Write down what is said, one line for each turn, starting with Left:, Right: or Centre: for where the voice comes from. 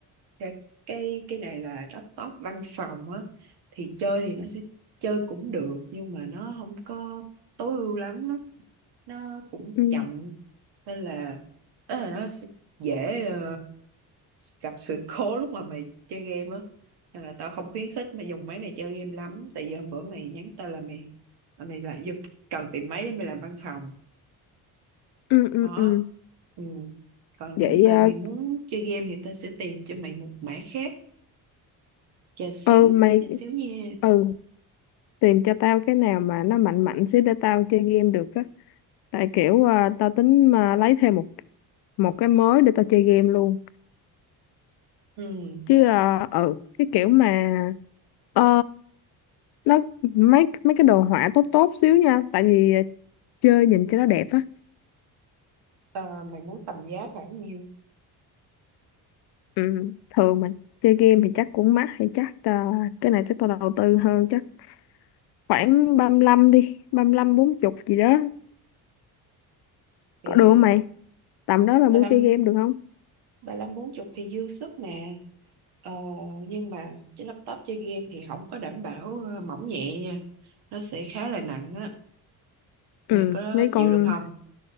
Right: cái cái cái này là laptop văn phòng á thì chơi thì nó sẽ chơi cũng được nhưng mà nó không có tối ưu lắm á nó cũng
Left: ừ
Right: chậm nên là đó là nó s- dễ ờ, gặp sự <laughs> cố lúc mà mày chơi game á nên là tao không khuyến khích mày dùng máy này chơi game lắm tại vì hôm bữa mày nhắn tao là mày là mày lại giật cần tìm máy để mày làm văn phòng
Left: ừ ừ
Right: đó
Left: ừ
Right: ừ. còn
Left: vậy
Right: nếu mà
Left: à,
Right: mày muốn chơi game thì tao sẽ tìm cho mày một mã khác chờ xíu
Left: ờ, mày
Right: chờ xíu nha
Left: ừ tìm cho tao cái nào mà nó mạnh mạnh xíu để tao chơi game được á tại kiểu à, tao tính mà lấy thêm một một cái mới để tao chơi game luôn
Right: ừ.
Left: chứ à, ừ cái kiểu mà ờ, nó mấy mấy cái đồ họa tốt tốt xíu nha tại vì à, chơi nhìn cho nó đẹp á
Right: Ờ, mày muốn tầm giá khoảng nhiêu
Left: ừ, thường mà chơi game thì chắc cũng mắc hay chắc à, cái này chắc tao đầu tư hơn chắc khoảng ba lăm đi ba lăm bốn chục gì đó
Right: thì
Left: có được không mày tầm đó là
Right: ba
Left: mua
Right: lăm
Left: chơi game được không
Right: ba lăm bốn chục thì dư sức nè Ờ, nhưng mà cái laptop chơi game thì không có đảm bảo ờ, mỏng nhẹ nha nó sẽ khá là nặng á mày
Left: ừ
Right: có
Left: mấy
Right: chịu
Left: con
Right: được không